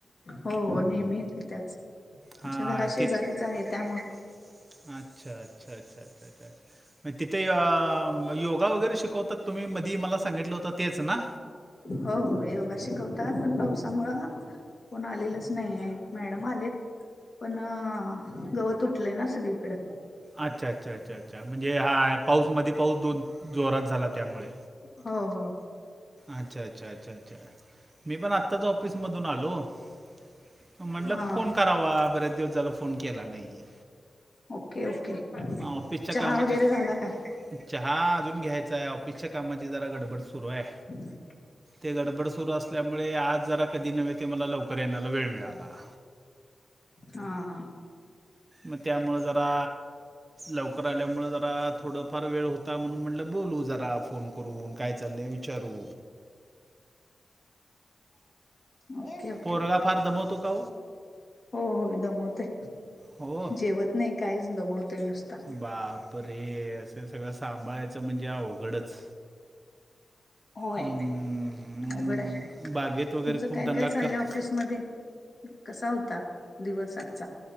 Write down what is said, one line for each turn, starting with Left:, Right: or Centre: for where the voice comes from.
Left: हो नेहमीेत त्याच
Right: हा
Left: आमच्या घरा शेजारीच
Right: ते अच्छा
Left: आहे त्यामुळे
Right: अच्छा अच्छा अच्छ अ्छ्छ तिथे योगा वगैरे शिकवतात तुम्ही मधी मला सांगितलं होतं तेच ना
Left: हो योगा शिकवतात पण पावसामुळं कोण आलेलच नाही आहे मॅडम आलेत पण गवत उटलंय ना सगळीकडे
Right: अच्छा अच्छा अच्छा अच्छा म्हणजे हा पाऊस मध पाऊस दोन जोरात झाला त्यामुळे
Left: हो हो
Right: अच्छा अच्छा अच्छा अच्छा मी पण आत्ताच ऑफिसमधून आलो म्हटलं
Left: हा
Right: फोन करावा बर्याच दिवस झाला फोन केला नाही
Left: ओके ओके
Right: ऑफिसच्या
Left: चहा
Right: कामाचे
Left: वगैरे झाला काय
Right: चहा अजून घ्यायचा आहे ऑफिसच्या कामाची जरा गडबड सुरू आहे
Left: हम्
Right: ते गडबड सुरू असल्यामुळे आज जरा कधी नव्हे ते मला लवकर येण्याला वेळ मिळाला
Left: हा हा
Right: मग त्यामुं जरा लवकर आल्यामुं जरा थोडफार वेळ होता म्हणून म्हणलं बोलू जरा फोन करून काय चाललंय विच चारू
Left: ओके ओके
Right: पोरगा फार दमवतोका
Left: हो होय दमवतय
Right: हो
Left: जेवत नाही काहीच दमवतय नुसता
Right: बाप रे असं सगळं सांभाळायचं म्हणजे अवघडच
Left: होय
Right: हम्म,
Left: अघड आहे तुमचं
Right: बागेत वगैरे खूप
Left: काय
Right: दंगा
Left: काय चाललंय
Right: करत
Left: ऑफिसमध्येध्ये कसा होता दिवस आजचा